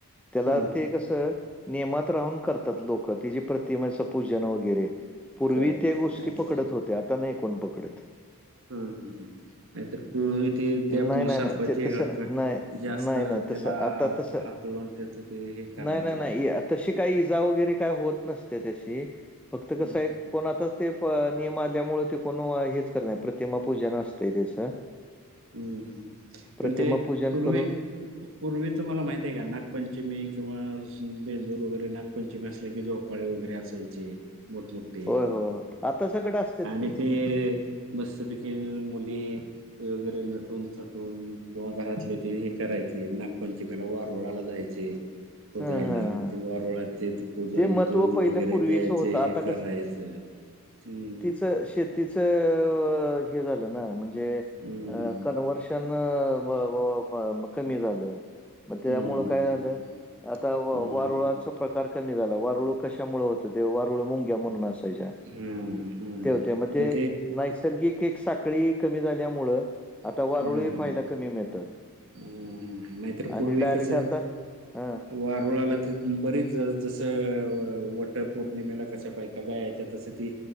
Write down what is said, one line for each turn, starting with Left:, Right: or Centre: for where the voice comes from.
Centre: त्याला
Right: हं,
Centre: ते कसं नियमात राहून करतात लोक तिची प्रतिमा पूजन वगैरे पूर्वी
Right: कळतं
Centre: त्या गोष्टी
Right: काय म्हणजे
Centre: पकडत होते आता नाही कोण पकडत
Right: हं हं हं ह नाही तर पूर्वी ते
Centre: नाही,
Right: त्या
Centre: नाही,
Right: सरपंच
Centre: नाही. ते
Right: ह
Centre: तसं नाही.
Right: क हक्क
Centre: नाही,
Right: जास्त
Centre: नाही, नाही.
Right: त्याला
Centre: तसं आता तसं
Right: ह तोडून त्याचं ते हे करायचे
Centre: नाही, नाही, नाही.
Right: ते
Centre: इ तशी काही इजा वगैरे काय होत नसते त्याशी फक्त
Right: हं
Centre: कसं
Right: हं हं.
Centre: आहे कोण आता ते नियम आल्यामुळे ते कोण हेच कर नाही प्रतिमा पूजन असतय त्याचं
Right: अ ह ह
Centre: प्रतिमा
Right: पण ते
Centre: पूजन
Right: पूर्वे
Centre: करून
Right: पूर्वी तुम्हाला माहित आहे का नागपंचमी किंवा बेंदूर वगैरे नागपंचमी असल्या की जो झोपाळे वगैरे असायचे मोठमोठे
Centre: होय, होय. आता सगळं असतात
Right: आणि
Centre: की.
Right: ते है मस्तपैकी मुली ते वगैरे नटून थटून किंवा घरातले ते हे करायचे, नागपंचमीला वारूळाला जायचे. पूजायला.
Centre: हा हा हा
Right: म ते वारुळात ते पूजन
Centre: जे महत्त्व
Right: दूध
Centre: पहिलं
Right: वगैरे
Centre: पूर्वीच
Right: द्यायचं,
Centre: होतं आता
Right: हे करायचं हम्म.
Centre: शेतीच हे झालं ना, म्हणजे
Right: हम्म
Centre: कनवर्शन अ -कमी झालं, मग त्यामुळ
Right: हम्म
Centre: काय झालं? आता
Right: हम्म
Centre: वारुळाच प्रकार कमी झाला. वारुळ कशामुळे होतं होते? वारुळ मुंग्या म्हणून असं तेज्या.
Right: हम्म हम्म
Centre: ते होते, मग ते
Right: पण
Centre: नैसर्गिक एक साखळी कमी झाल्यामुळ आता
Right: हम्म
Centre: वारुळही पाहायला कमी मिळतात.
Right: हम्म नाहीतर
Centre: आणि
Right: पूर्वी
Centre: डायरेक्ट
Right: कसं
Centre: आता हा
Right: वारुळाला ते बरीच जसं- वट पौर्णिमेला कस बायका जायाच्या तसं ती